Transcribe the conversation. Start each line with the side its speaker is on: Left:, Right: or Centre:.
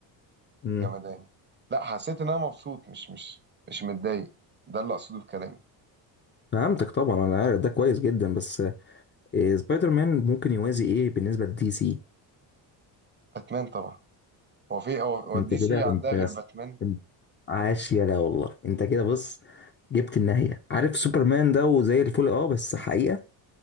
Left: امم
Right: جمدان لا حسيت ان انا مبسوط مش مش مش متضايق ده اللي اقصده بكلامي
Left: فهمتك طبعا انا عارف ده كويس جدا بس إيه سبايدر مان ممكن يوازي ايه بالنسبه لدي سي
Right: باتمان طبعا هو في هو هو
Left: انت
Right: الدي
Left: كده
Right: سي
Left: انت
Right: عندها غير باتمان
Left: انت عاش يلا والله انت كده بص جبت النهايه عارف سوبرمان ده وزي الفل اه بس حقيقه